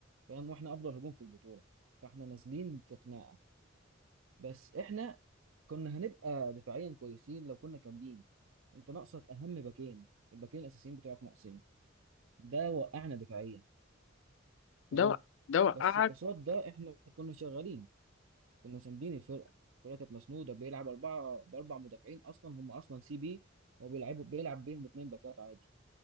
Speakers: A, on the right; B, on the left.
A: فاهم واحنا افضل هجوم في البطولة فاحنا نازلين في خناقة بس احنا كنا هنبقى دفاعيا كويسين لو كنا كاملين انت ناقصك اهم باكين الباكين الاساسيين بتوعك ناقصين ده وقعنا دفاعيا فاهم
B: ده وق- ده وقعك
A: بس قصاد ده احنا كنا شغالين كنا ساندين الفرقة الفرقة كانت مسنودة بيلعب أربعة بأربع مدافعين أصلا هم أصلا سي بي وبيلعبوا بيلعب بيهم اتنين باكات عادي